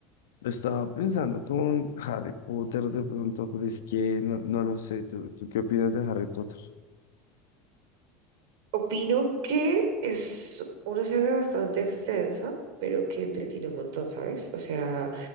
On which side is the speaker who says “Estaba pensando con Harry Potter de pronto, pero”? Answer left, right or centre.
Left